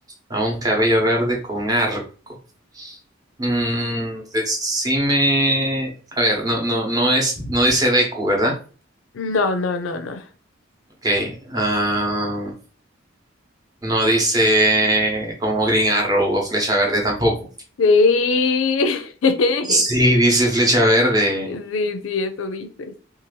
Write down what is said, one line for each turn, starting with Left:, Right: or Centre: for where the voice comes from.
Right: a un cabello verde con arco. Mm, decime, a ver, no, no, no es, no dice Deku, ¿verdad?
Left: No, no, no, no.
Right: Ok, ah, no dice como Green Arrow o Flecha Verde tampoco.
Left: Sí. <laughs>
Right: Sí, dice Flecha Verde.
Left: Sí, sí, eso dices.